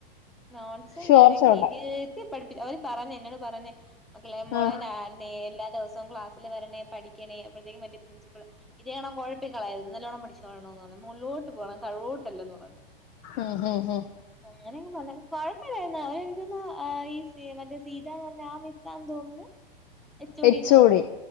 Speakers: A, in the centre; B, on the left.
A: നോട്ട്സും
B: ഷുവർ
A: കാര്യങ്ങളും
B: ഷോട്ടാ
A: ഇരുത്തി പഠിപ്പിച്ച അവര് പറഞ്ഞ എന്നോട് പറഞ്ഞേ മക്കളെ മോളെ
B: ആ
A: നാന്നെ എല്ലാ ദിവസവും ക്ലാസ്സില് വരണേ പഠിക്കണേ അപ്പോഴത്തേക്കും മറ്റേ പ്രിൻസിപ്പള് ഇതേണം കുഴപ്പിക്കളയത് ഇ നല്ലോണം പടിചോളെണം എന്ന് പറഞ്ഞു മോളിലോട്ട് പോണം തഴോട്ടല്ല എന്ന് പറഞ്ഞു.
B: ഉം ഉം ഉം
A: അങ്ങനെങ്ങ് പറഞ്ഞാലും കൊഴപ്പില്ലായിരുന്നു അവര്നിക്ക ആ ഈ സീമന്റ് സീത എന്ന് പറഞ്ഞ ആ മിസ്സാണെന്ന് തോന്നുന്നു എച്ചോടി
B: എച്ച്
A: തോന്നന്ന്
B: ഒ ഡി